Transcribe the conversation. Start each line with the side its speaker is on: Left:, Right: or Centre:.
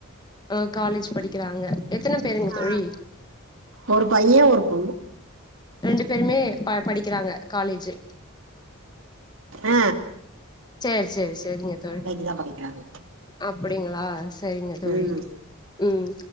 Left: அ காலேஜ் படிக்கிறாங்க எத்தன பேருங்க
Right: ஆ
Left: தோழி
Right: ஒரு பையன் ஒரு பொன்னு
Left: ரெண்டு பேருமே ப படிக்கிறாங்க காலேஜு
Right: அ
Left: சேரி சேரி சேரிங்க தோழி
Right: தா படிக்கிறாங்க
Left: அப்டிங்களா செரிங்க தோழி
Right: ம்
Left: ம்